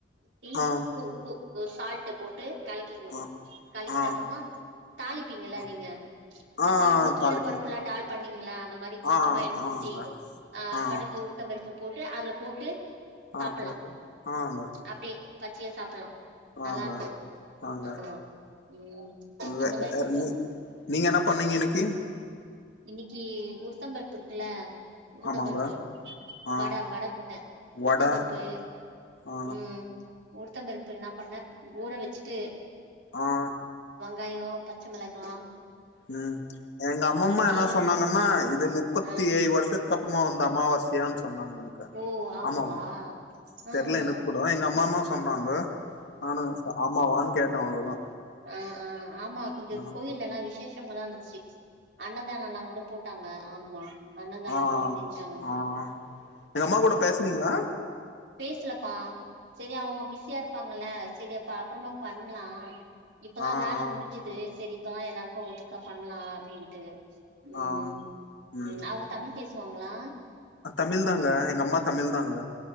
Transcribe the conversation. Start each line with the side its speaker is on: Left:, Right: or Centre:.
Right: தி
Left: ஆ
Right: உப்பு உப்பு ஒரு சால்ட்ட போட்டு கலக்கிக்ணு
Left: ஆ
Right: கலக்கிட்டு
Left: ஆ
Right: அப்றமா தாளிப்பீங்கள
Left: ஆ
Right: நீங்க இந்த
Left: ஆ
Right: பருப்பு கீர
Left: தாளிப்பீங்
Right: பருப்புலா டால் பண்ணிங்ளா அந்த மாரி கொஞ்சமா
Left: ஆ
Right: என்ன குத்தி
Left: ஆங்க
Right: அ
Left: ஆ
Right: கடுகு உளுத்தம்பர் பு போட்டு அதுல போட்டு
Left: ஆஹ்
Right: சாப்பலா
Left: போட்டு ஆங்க
Right: அப்டியே பச்சையா சாப்பலா நல்லா
Left: ஆங்க
Right: இருக்கு
Left: ஆங்க
Right: ஆமா ம்
Left: வே
Right: அந்த மாரி
Left: அ
Right: கொஞ்சோ
Left: நீ நீங்க என்ன பண்ணிங்க இன்னைக்கி
Right: இன்னிக்கி உளுத்தம்பருப்புருக்குல உளுத்தம்பருப்பு
Left: ஆமாங்க ஆ
Right: வட வட போட்டே உளுத்தம்பருப்பு
Left: வட ஆ
Right: உம் உருத்தம்பருப்பு என்னா பண்ண ஊற வச்சிட்டு
Left: ஆஹ்
Right: காயோ பச்ச மெளகா
Left: உம் எங்க அம்மம்மா
Right: சீரகோ
Left: என்ன சொன்னாங்கன்னா இது முப்பத்தி
Right: ஆ
Left: ஏயி வருஷத்துக்கு அப்பமா வந்த அமாவாசையான் சொன்னாங்க எனக்கு
Right: ஓ ஆமாவா
Left: ஆமா
Right: ஆ
Left: தெரில
Right: ஆ
Left: எனக்கு கூட எங்க அம்மாமா சொன்னாங்க ஆனு ஆமாவான்னு கேட் அவ்ளோதா
Right: ஆஹ் ஆஹ் ஆமா கொஞ்சொ
Left: ஆ
Right: கோயில்லலா விசேஷ் டம்களாந்துச்சி அன்னதானொலாங்கூட போட்டாங்க ஆமா அன்னதானோல்லா
Left: ஆஹ்
Right: செஞ்சாங்க
Left: ஆஹ் எங்க அம்மா கூட பேசுனிங்கா
Right: பேஸ்லப்பா செரி அவங்க பிஸியா இருப்பாங்கல செரி அப்ப அப்றமா பண்லா இப்ப
Left: ஆ
Right: தா வேல
Left: ஆ
Right: முடிஞ்சிது செரி தோ எல்லாருக்கு ஒட்டுக்கா பண்லா அப்டின்ட்டு ம்
Left: ஆஹ் உம்
Right: ம் அவங்க தமிழ் பேசுவாங்களா
Left: அ தமிழ் தாங்க எங்கம்மா தமிழ் தாங்க